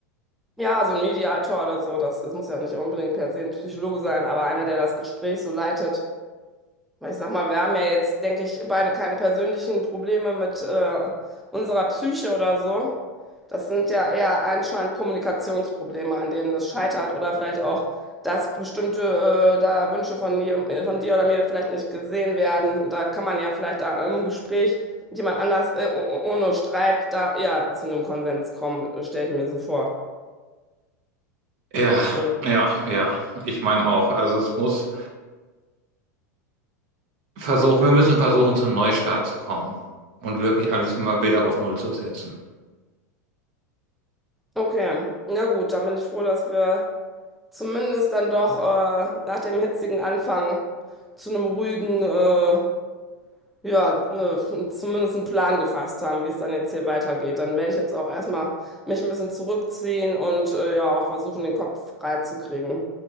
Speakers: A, in the centre; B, on the right.
A: Ja, so ein Mediator oder so, das, das muss ja nicht unbedingt per se ein Psychologe sein, aber einer, der das Gespräch so leitet. Ich sag mal, wir haben ja jetzt, denke ich, beide keine persönlichen Probleme mit äh, unserer Psyche oder so. Das sind ja eher anscheinend Kommunikationsprobleme, an denen es scheitert oder vielleicht auch, dass bestimmte äh, da Wünsche von dir, von dir oder mir vielleicht nicht gesehen werden. Da kann man ja vielleicht da im Gespräch mit jemand anders äh, oh- oh- ohne Streit da eher zu einem Konsens kommen, stelle ich mir so vor.
B: Ja,
A: Also,
B: ja, ja. Ich meine auch. Also es muss versuchen, wir müssen versuchen, zum Neustart zu kommen und wirklich alles mal wieder auf Null zu setzen.
A: okay, na gut, dann bin ich froh, dass wir zumindest dann doch äh, nach dem hitzigen Anfang zu einem ruhigen, äh, ja, äh, zumindest einen Plan gefasst haben, wie es dann jetzt hier weitergeht. Dann werde ich jetzt auch erstmal mich ein bisschen zurückziehen und äh, ja, auch versuchen, den Kopf frei zu kriegen.